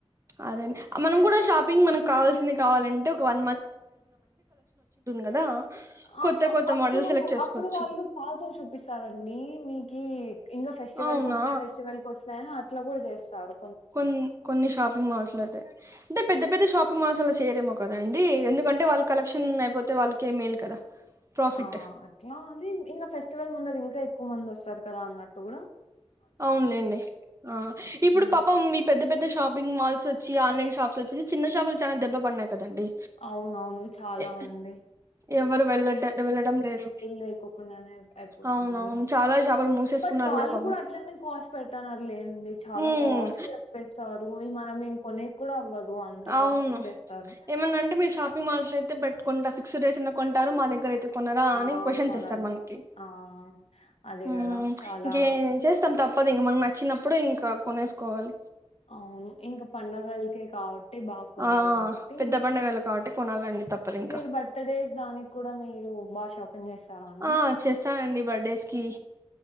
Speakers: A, on the right; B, on the left.
A: అదే మనం కూడా షాపింగ్ మనకు కావాల్సింది కావాలంటే ఒక వ కదా
B: ఆ
A: కొత్త కొత్త
B: అప్పుడు
A: మోడల్ సెలెక్ట్ చేసుకోవచ్చు
B: అప్పుడు వాళ్ళు పాతవి చూపిస్తారండి మీకు ఇంకా ఫెస్టివల్
A: అవునా
B: కి వస్తాయి ఫెస్టివల్ కి వస్తాయని ఇట్లా కూడా చేస్తారు
A: కొన్ని కొన్ని షాపింగ్ మాల్స్ లో అయితే అంటే పెద్ద పెద్ద షాపింగ్ మాల్స్ లో చేయరేమో కదా అండి ఎందుకంటే వాళ్ళు కలెక్షన్ అయిపోతే వాళ్ళకే మేలు కదా ప్రాఫిట్
B: ఆ అట్లా అండి ఇంకా ఫెస్టివల్ ఉన్నది ఇంకా ఎక్కువ మంది వస్తారు కదా అన్నట్టు కూడా
A: అవునులేండి ఆ ఇప్పుడు
B: హ్మ్.
A: పాపం ఈ పెద్ద పెద్ద షాపింగ్ మాల్స్ వచ్చి ఆన్లైన్ షప్స్ వచ్చి చిన్న షాపులు చాలా దెబ్బ పడినాయి కదండి
B: అవునవును చాలా
A: ఎ
B: మంది
A: ఎవరు వెళ్ల వెళ్ళడం లేదు
B: లేకోకుండానే అయిపోతాంది.
A: అవునవును చాలా షాపులు మూసేసుకున్నారు
B: బట్ వాళ్ళు
A: కూడా పాపం
B: కాస్ట్ పెడతన్నారు లేండి చాలా
A: ఉమ్
B: కాస్ట్ చెప్పేస్తారు ఈ మనం ఇంకొనే కూడా అవ్వదు అంత
A: అవును
B: కాస్ట్ చెప్పేస్తారు.
A: ఏమన్నా అంటే మీ షాప్ మనుషులు అయితే పెట్టుకుంటా ఫిక్స్డ్ ఏసినా కొంటారు మా దగ్గర అయితే కొనరా
B: ఆ!
A: అని క్యూస్షన్
B: కొనరు.
A: ఎస్తారు మనకి
B: ఆ! అదే
A: ఉమ్
B: గదా! చాలా
A: ఇంకేం చేస్తాం తప్ప తప్పదు ఇంక మనం నచ్చినప్పుడు ఇంకా కొనేసుకోవాలి
B: అవును. ఇంక పండగలకే కాబట్టి బాగా కొనేది
A: ఆ
B: కాబట్టి
A: పెద్ద పండగలు కాబట్టి కొనాలండి తప్పదు ఇంకా
B: మీరు బర్త్డేస్ దానికి కూడా మీరు బా షాపింగ్ చేస్తారా అండి?
A: ఆ చేస్తానండి బర్త్డేస్ కి